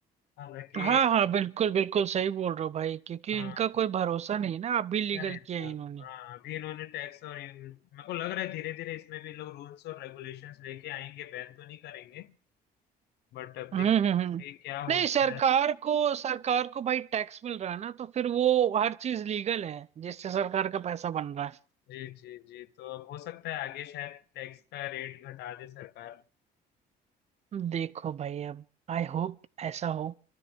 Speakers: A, on the left (about 75°); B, on the right (about 40°).
A: हालांकि
B: हाँ हाँ बिल्कुल बिल्कुल सही बोल रहे हो भाई क्योंकि
A: हाँ
B: इनका कोई भरोसा नहीं है ना अभी लीगल
A: अच्छा नहीं
B: किया
A: था
B: है इन्होंने
A: हाँ अभी इन्होंने टैक्स और इन मेरे को लग रहा है धीरे धीरे इसमें भी लोग रूल्स और रेगुलेशंस लेके आएंगे बैन तो नहीं करेंगे बट अब देखते
B: हम्म हम्म हम्म।
A: हैं कि क्या होता
B: नहीं सरकार
A: है
B: को सरकार को भाई टैक्स मिल रहा है ना तो फिर वो हर चीज लीगल है जिससे सरकार का पैसा बन रहा है
A: जी जी जी तो अब हो सकता है आगे शायद टैक्स का रेट घटा दे सरकार
B: देखो भाई अब आई होप ऐसा हो